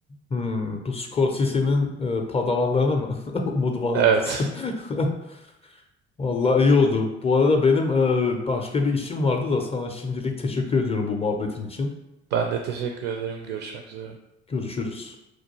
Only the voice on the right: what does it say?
Evet.
Ben de teşekkür ederim. Görüşmek üzere.